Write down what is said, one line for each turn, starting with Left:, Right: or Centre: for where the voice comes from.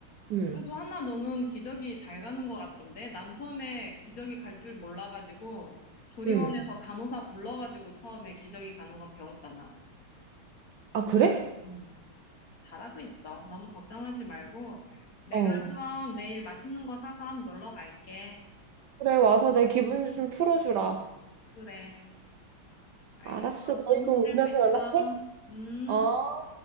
Right: 응,
Left: 그래도 한나 너는 기저귀 잘 가는 것 같던데? 난 처음에 기저귀 갈 줄 몰라가지고 조리원에서
Right: 응.
Left: 간호사 불러가지고 처음에 기저귀 가는 거 배웠잖아.
Right: 아, 그래?
Left: 음. 잘하고 있어. 너무 걱정하지 말고. 내가
Right: 어.
Left: 그럼 내일 맛있는 거 사서 한번 놀러 갈게.
Right: 그래, 와서 내 기분 좀 풀어주라.
Left: 그래. 알겠어.
Right: 알았어. 너희
Left: 좀 힘내고
Right: 그럼 오면서
Left: 있어.
Right: 연락해?
Left: 음.
Right: 어.